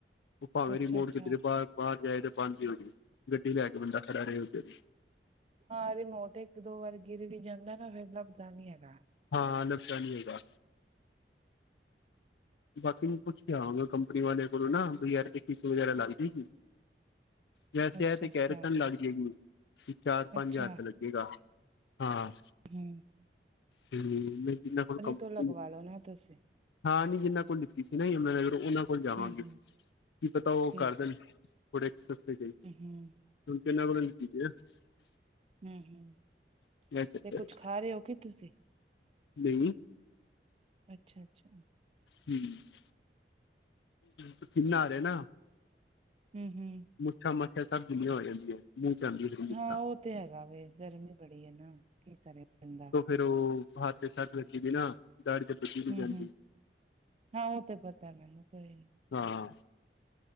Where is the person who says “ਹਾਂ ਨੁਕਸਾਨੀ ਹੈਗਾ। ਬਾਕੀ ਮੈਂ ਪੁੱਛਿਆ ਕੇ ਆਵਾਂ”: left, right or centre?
Left